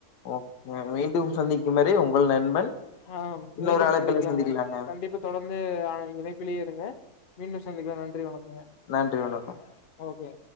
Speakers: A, on the left (about 90°); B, on the left (about 50°).
A: ஓகே மீண்டும் சந்திக்கும் வரை உங்கள் நண்பன்
B: ஆ
A: இன்னொரு
B: மீண்டும்
A: அழைப்பில
B: சந்திக்லாங்க
A: சந்திக்கலாங்க
B: கண்டிப்பா தொடர்ந்து ஆ இணைப்பிலே இருங்க மீண்டும் சந்திக்லா நன்றி வணக்கங்க
A: நன்றி வணக்கம்
B: ஓகே